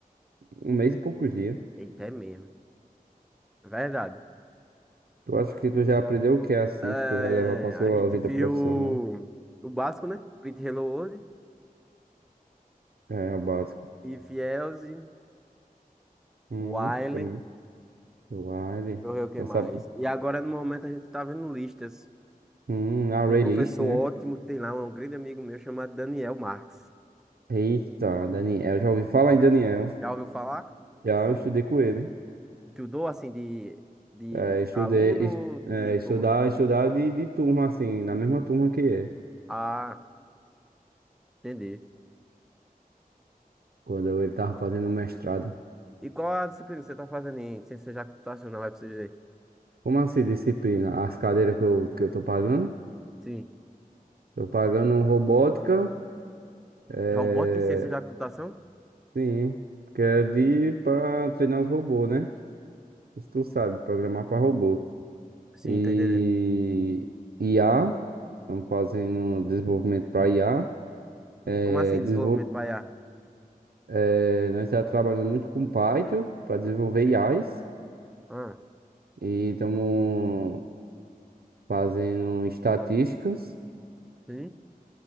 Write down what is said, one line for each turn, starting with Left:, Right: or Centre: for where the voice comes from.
Right: Um mês e poucos dias.
Centre: Eita, é mesmo. É Verdade.
Right: Tu acha que tu já aprendeu o que é assim
Centre: É,
Right: que tu vai levar pra sua
Centre: a gente
Right: vida
Centre: viu
Right: profissional?
Centre: o básico, né? Pretty Hello World,
Right: É, é o básico.
Centre: Fielze,
Right: Hum,
Centre: Wiley,
Right: que...
Centre: deixa
Right: Wire.
Centre: eu ver o que
Right: Já
Centre: mais.
Right: sabe.
Centre: E agora, no momento, a gente tá vendo listas
Right: Hum, a
Centre: com
Right: Raylist,
Centre: um professor
Right: né?
Centre: ótimo que tem lá, um grande amigo meu chamado Daniel Marx.
Right: Eita, Daniel. Já ouvi falar em Daniel.
Centre: Já ouviu falar?
Right: Já eu estudei com ele.
Centre: Estudou, assim, de, de
Right: É, estudei,
Centre: aluno,
Right: est- é,
Centre: de
Right: estudar,
Centre: como...
Right: estudar de, de turma, assim, na mesma turma que ele.
Centre: Ah, entendi.
Right: quando ele tava fazendo o mestrado.
Centre: E qual a disciplina que você tá fazendo em ciência computacional, FCG?
Right: Como assim, disciplina? As cadeiras que eu, que eu tô pagando?
Centre: Sim.
Right: Tô pagando robótica, é...
Centre: Robótica em ciência da computação?
Right: sim, que é de para treinar os robôs, né? Isso tu sabe, programar para robô.
Centre: Sim,
Right: E
Centre: tô entendendo.
Right: IA, estamos fazendo desenvolvimento para IA. É,
Centre: Como assim,
Right: desenvol...
Centre: desenvolvimento para IA?
Right: é, nós estamos trabalhando muito com Python para desenvolver IAs
Centre: Ah,
Right: e estamos fazendo estatísticas.
Centre: sim?